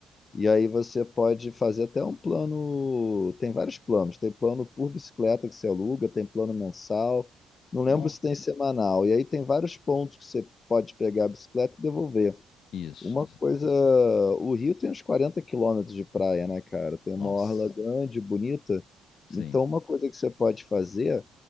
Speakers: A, on the left; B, on the left.
A: E aí você pode fazer até um plano. Tem vários planos. Tem plano por bicicleta que você aluga, tem plano mensal. Não lembro
B: Nó.
A: se tem semanal. E aí tem vários pontos que você pode pegar a bicicleta e devolver.
B: Isso.
A: Uma coisa, o Rio tem uns 40 quilômetros de praia, né, cara? Tem
B: Nossa.
A: uma orla grande, bonita.
B: Sim.
A: Então, uma coisa que você pode fazer